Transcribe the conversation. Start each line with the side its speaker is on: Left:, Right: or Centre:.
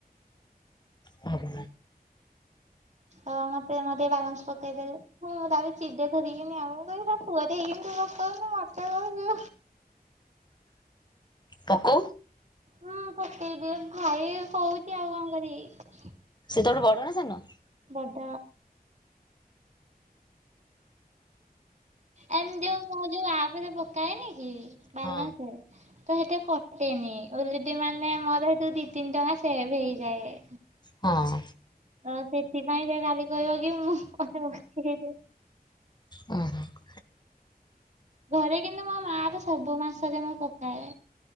Left: ହୁଁ
Right: ତ ମତେ ମତେ ବାଲାନ୍ସ ପକେଇଦେଲେ ମୁଁ ତା ଉପରେ ଚିଡେ ଧରିକିନି ଆଉ ମୁଁ କହିଲି ପୁଅ ରେ ତୁ ପକଉନୁ ମୋତେ କହୁଛୁ।
Left: ପକଉ
Right: ହଁ ପକେଇ ଦିଏ ଭାଇ କହୁଛି ଆଉ କଣ କରିବି?
Left: ସେ ତ ଠୁ ବଡ ନା ସାନ?
Right: ବଡ ଏମ ଯୋଉ ମୋ ଯୋଉ ଆପ ରେ ପକାଏନି କି ବାଲାନସ
Left: ହଁ।
Right: ତ ସେଇଠି କଟେନି। ହେଁ ଓଲଟି ମାନେ ମୋର ଦି ତିନି ଟଙ୍କା ସେଭ ହେଇଯାଏ।
Left: ହଁ।
Right: ତ ସେଥିପାଇଁ ସେ ଖାଲି କହିବ କି ମୁଁ ମତେ ପକେଇ ଦିଏ।
Left: ଉଁ ହୁଁ
Right: ଘରେ କିନ୍ତୁ ମୋ ମା ର ସବୁ ମାସରେ ମୁଁ ପକାଏ।